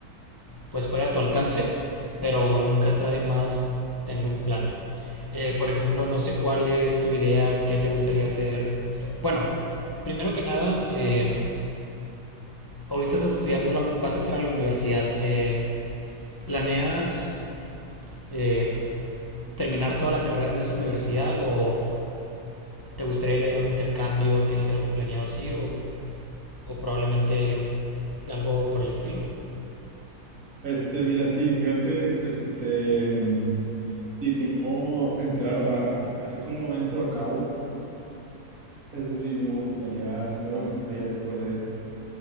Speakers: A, on the left; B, on the right.
A: pues fuera de tu alcance, pero nunca está de más tener un plan. Eh, por ejemplo, no sé cuál es tu idea, qué te gustaría hacer. Bueno, primero que nada, eh, ahorita estás estudiando, la- vas a entrar a la universidad. Eh, ¿Planeas eh, terminar toda la carrera en esa universidad o te gustaría la idea de un intercambio? ¿Tienes algo planeado así o, o probablemente algo por el estilo?
B: Este, mira, sí, fíjate, este, si no entrar, o sea, así como entro a cabo, eso sí, me gustaría estudiar una maestría después de,